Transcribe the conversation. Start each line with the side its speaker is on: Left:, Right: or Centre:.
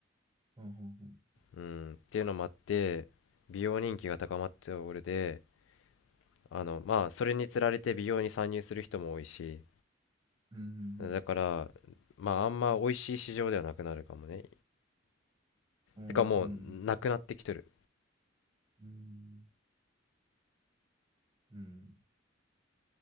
Right: ほうほうほう
Left: うんっていうのもあって美容人気が高まっておるであのまあそれにつられて美容に参入する人も多いし
Right: うん。
Left: だからまああんま美味しい市場ではなくなるかもね
Right: ああ、
Left: てかもうなくなってきとる
Right: そうなんだ。うん。うん。